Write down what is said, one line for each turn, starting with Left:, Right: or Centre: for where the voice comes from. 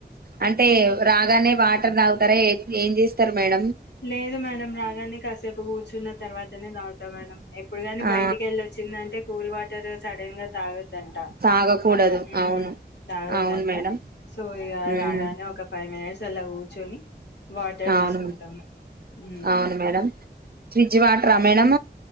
Right: అంటే రాగానే వాటర్ తాగు, సరే ఏం చేస్తారు, మేడం
Left: లేదు మేడం రాగానే కాసేపు కూర్చున్నా, తర్వాతనే తాగుతా మేడం. ఎప్పుడు కానీ
Right: ఆ
Left: బయటికి వెళ్ళొచ్చిందంటే, కూల్ వాటర్ సడన్ గా తాగుద్, దంట
Right: తాగకూడదు
Left: అలా
Right: అవును
Left: తాగద్దంట
Right: అవును మేడం
Left: సో ఇక
Right: హ్మ్.
Left: రాగానే ఒక ఫైవ్ మినిట్స్ అలా కూర్చొని వాటర్
Right: అవును
Left: తీసుకుంటాము. ఉమ్
Right: అవును మేడం, ఫ్రిడ్జ్ వాటర్ మేడం